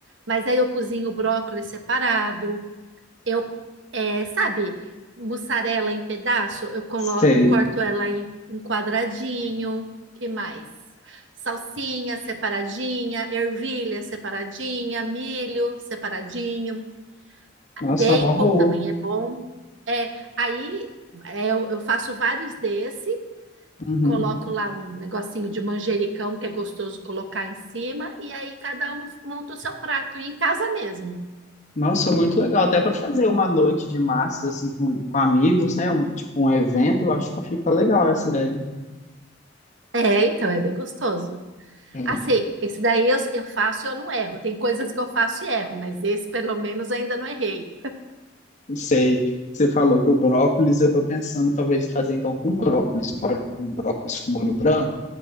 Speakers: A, on the right (about 75°); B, on the left (about 40°).
A: Mas aí eu cozinho o brócolis separado. Eu, é, sabe, mussarela em pedaço, eu, colo
B: sei.
A: eu corto ela em, em quadradinho. Que mais? Salsinha separadinha, ervilha separadinha, milho separadinho,
B: Nossa,
A: bacon
B: é uma boa.
A: também é bom. É, aí é, eu, eu faço vários desse
B: Uhum.
A: coloco lá um negocinho de manjericão que é gostoso colocar em cima, e aí cada um monta o seu prato, e em casa mesmo.
B: Nossa, muito legal. Até para fazer uma noite de massas, assim, com, com amigos, né? Um- tipo um evento, eu acho que fica legal essa ideia.
A: É, então é bem gostoso.
B: É,
A: Assim, esse daí eu, eu faço e eu não erro. Tem coisas que eu faço e erro, mas esse pelo menos ainda não errei.
B: Não sei, você falou do brócolis, eu tô pensando talvez em fazer então com brócolis, um molho- um brócolis com molho branco,